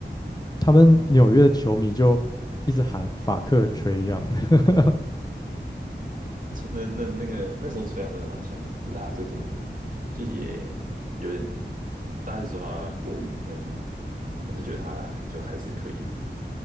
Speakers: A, on the left (about 20°); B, on the right (about 45°).
A: 他们纽约的球迷就一直喊法克吹样，<laughs>
B: 吹那那那个那时候崔杨真的蛮强的，只是他最近就也有点，大家是说他过誉，但是我是觉得他就还是可以啊。